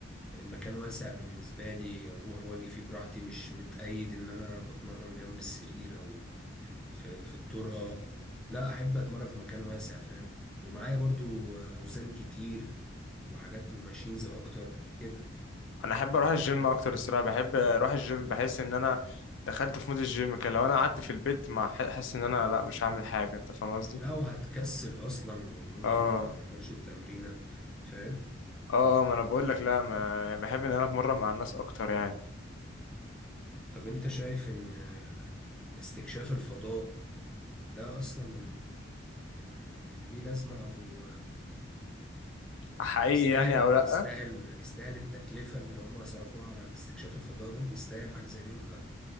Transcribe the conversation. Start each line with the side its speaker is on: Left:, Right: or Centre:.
Centre: المكان واسع بالنسبة لي اروح واجي فيه براحتي مش متقيد ان انا بتمرن جنب السرير او في في الطور اه لا احب اتمرن في مكان واسع فاهم ومعايا برضو اوزان كتير وحاجات وماشينز اكتر كده
Left: انا احب اروح الجيم اكتر الصراحه بحب اروح الجيم بحس ان انا دخلت في مود الجيم كده لو انا قعدت في البيت ما ح- حاسس ان انا لا مش هعمل حاجه انت فاهم قصدي
Centre: لو هتكسل اصلا وممكن
Left: اه
Centre: ما تكملش التمرينه فاهم
Left: اه ما انا بقول لك لا ما يعني بحب ان انا اتمرن مع الناس اكتر يعني
Centre: طب انت شايف ان آه، استكشاف الفضاء ده اصلا آه، ليه لازمه او آه، يعني
Left: حقيقي
Centre: يستاهل
Left: يعني او لا
Centre: يستاهل يستاهل التكلفه اللي هم صرفوها على استكشاف الفضاء ده يستاهل حاجه زي دي ولا